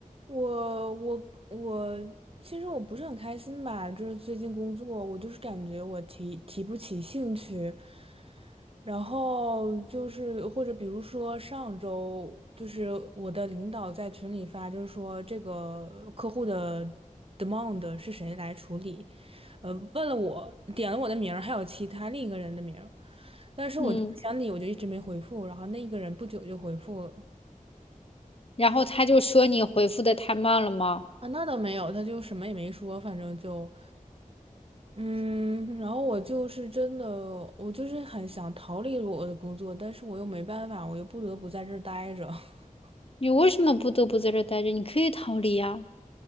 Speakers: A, on the right; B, on the left.
A: 我我我，其实我不是很开心吧，就是最近工作，我就是感觉我提提不起兴趣，然后就是或者比如说上周，就是我的领导在群里发，就是说这个客户的 demand 是谁来处理，呃，问了我，点了我的名儿，还有其他另一个人的名儿，但是我就不想理，
B: 嗯，
A: 我就一直没回复，然后那个人不久就回复了。
B: 然后他就说你回复的太慢了吗？
A: 啊，那倒没有，他就什么也没说，反正就，嗯，然后我就是真的，我就是很想逃离我的工作，但是我又没办法，我又不得不在这儿待着。<laughs>
B: 你为什么不得不在这儿待着？你可以逃离呀。